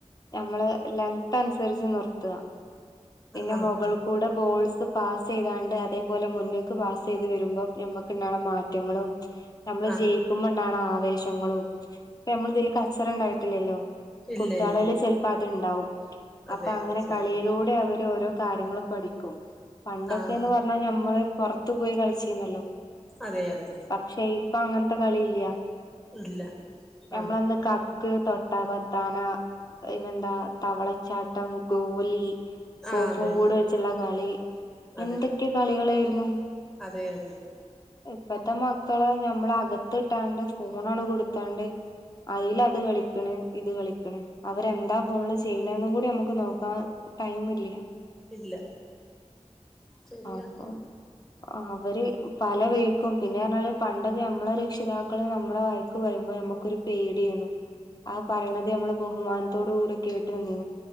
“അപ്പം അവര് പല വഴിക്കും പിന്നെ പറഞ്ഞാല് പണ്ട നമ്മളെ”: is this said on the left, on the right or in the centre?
Left